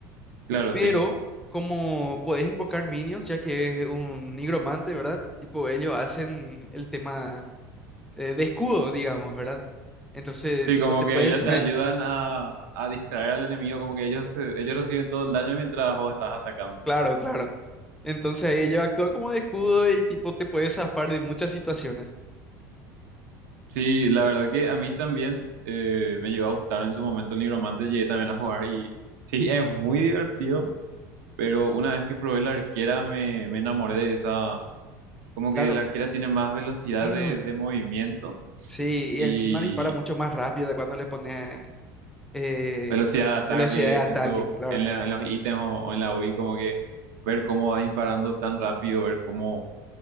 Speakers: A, on the right (about 75°); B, in the centre.
A: Claro,
B: Pero
A: sí.
B: como podés invocar minions, ya que es un nigromante, ¿verdad? Tipo, ellos hacen el tema eh, de escudo, digamos, ¿verdad? Entonces,
A: Sí,
B: tipo,
A: como
B: te
A: que
B: pueden...
A: ellos te ayudan
B: <laughs>
A: a, a distraer al enemigo, como que ellos, se- ellos reciben todo el daño mientras vos estás atacando.
B: Claro, claro. Entonces ahí ellos actúan como de escudo y tipo, te puedes zafar de muchas situaciones.
A: Sí, la verdad que a mí también eh, me llegó a gustar en su momento el Nigromante, llegué también a jugar y <laughs> sí, es muy divertido, pero una vez que probé la arquera me, me enamoré de esa, como
B: Claro.
A: que la arquera tiene más velocidad
B: <clears throat>
A: de, de movimiento
B: Sí, y
A: y
B: encima dispara mucho más rápido de cuando le pone eh,
A: velocidad de ataque
B: velocidad de ataque,
A: en su,
B: claro,
A: en la- en los ítems o, o en la build, como que ver cómo va disparando tan rápido, ver cómo...